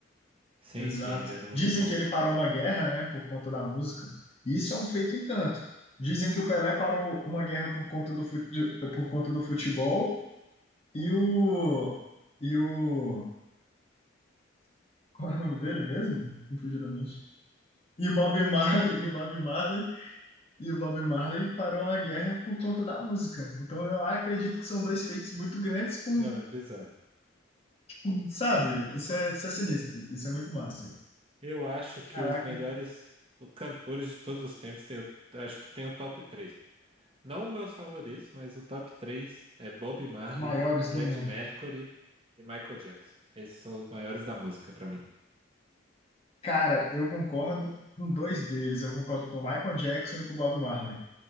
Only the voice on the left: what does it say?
Exato.
Dizem
que ele parou uma guerra, né, por conta da música. Isso é um feito em tanto. Dizem que o Pelé parou uma guerra por conta do, fut, por conta do futebol e o. E o. <laughs> Qual é o nome dele mesmo? Confundidamente. E o Bob Marley, e o Bob Marley E o Bob Marley parou a guerra por conta da música. Então eu acredito que são dois feitos muito grandes com,
com- sabe?
Isso é, isso é sinistro, isso é muito massa.
Caraca,
maiores
do mundo.
Cara, eu concordo com dois deles. Eu concordo com o Michael Jackson e com o Bob Marley.